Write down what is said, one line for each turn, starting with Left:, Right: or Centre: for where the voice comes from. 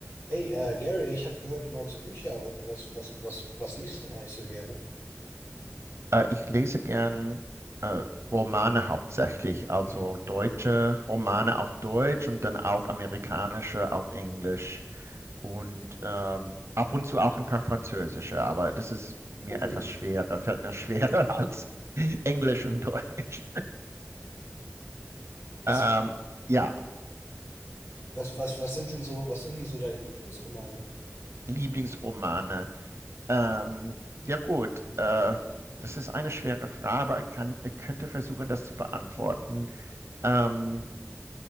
Left: Hey, äh, Gary, ich habe gehört, du magst Bücher. Wa- Was, was, was, was liest du denn eigentlich so gerne?
Right: Äh, ich lese gern äh, Romane hauptsächlich, also
Left: Mhm.
Right: deutsche Romane auf Deutsch und dann auch amerikanische auf Englisch und ähm, ab und zu auch ein paar französische, aber das ist mir
Left: Oh,
Right: etwas schwerer, fällt mir schwerer <laughs> als Englisch und Deutsch.
Left: was,
Right: Ähm, ja,
Left: was, was, was sind denn so, was sind denn so deine Lieblingsromane?
Right: Lieblingsromane. Ähm, ja gut, äh, das ist eine schwere Frage, aber ich kann, ich könnte versuchen, das zu beantworten. Ähm,